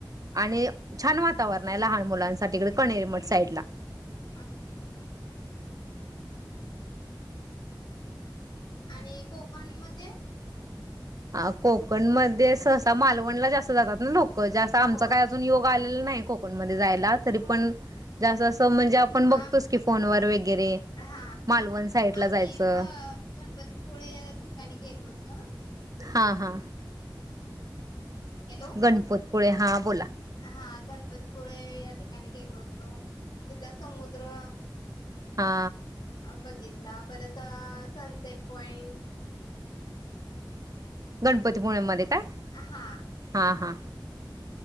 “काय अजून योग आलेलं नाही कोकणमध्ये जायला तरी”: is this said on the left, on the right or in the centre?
Right